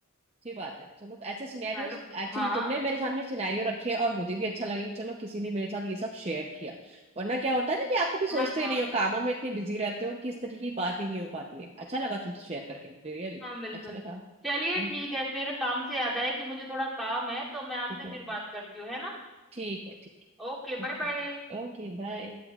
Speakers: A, on the right (about 30°); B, in the centre.
A: अच्छी बात है चलो ऐसे सिनेरियोस
B: हेलो
A: एक्चुअली
B: हाँ
A: तुमने मेरे सामने सिनेरियो रखे और मुझे भी अच्छा लगा कि चलो किसी ने मेरे साथ ये सब शेयर किया वरना क्या होता है ना कि आप कभी सोचते
B: हाँ हाँ
A: ही नहीं
B: हाँ
A: हो कामों में इतने बिजी रहते हो कि इस तरीके की बात ही नहीं हो पाती है अच्छा लगा तुमसे शेयर करके मुझे रियली
B: हाँ, बिल्कुल
A: अच्छा लगा हम्म,
B: चलिए ठीक है फिर काम से याद आया कि मुझे थोड़ा काम है तो मैं आपसे
A: ठीक है
B: फिर बात करती हूँ है ना
A: ठीक है ठीक
B: Okay
A: है Okay
B: bye bye
A: okay bye